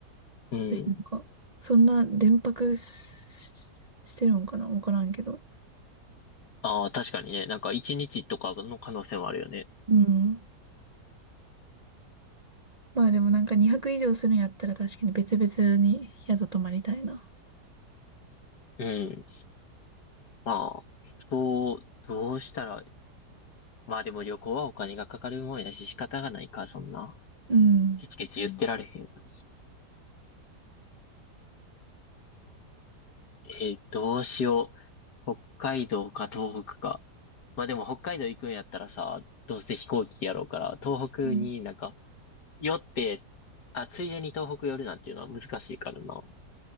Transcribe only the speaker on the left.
うん。
ああ、確かにね。なんか一日とかの可能性もあるよね。
うん。まあ、そう、どうしたら、まあでも旅行はお金がかかるもんやし仕方がないか、そんな。
ケチケチ言ってられへんよな。えーどうしよう。北海道か東北か。まあでも北海道行くんやったらさ、どうせ飛行機やろうから、東北になんか、
寄って、あ、ついでに東北寄るなんていうのは難しいからな。